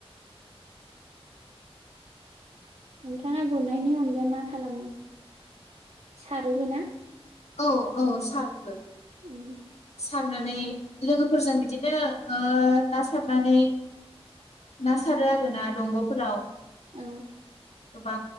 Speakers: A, on the right; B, on the left.
A: नोंथाङा गुरनायनि अनग ओम मा खालामो सारोबो ना?
B: औ औ सारोबो।
A: उम।
B: सारनानै लोगोफोरजों बिदिनो ओ ना सारनानै ना सारो आरो ना दंग फोराव।
A: औ।
B: गोबां